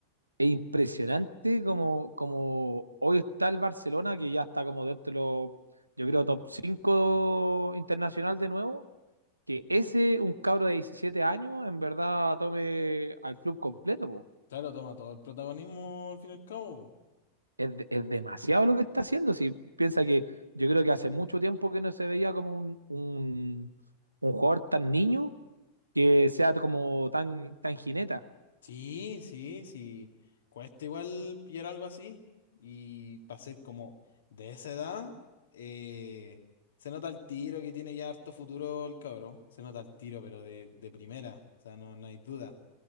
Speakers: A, on the right; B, on the left.
A: es impresionante como, como hoy está el Barcelona, que ya está como dentro de los, yo creo, top 5 internacional de nuevo. Que ese, un cabro de 17 años, en verdad tome al club completo, po.
B: Claro, toma todo el protagonismo al fin y al cabo.
A: Es, de- es demasiado lo que está haciendo. Si piensa que yo creo que hace mucho tiempo que no se veía como un, un, un jugador tan niño que sea como tan, tan jineta.
B: Sí, sí, sí. Cuesta igual pillar algo así. Y para ser como de esa edad, eh, se nota el tiro que tiene ya harto futuro el cabrón. Se nota el tiro, pero de, de primera. O sea, no, no hay duda.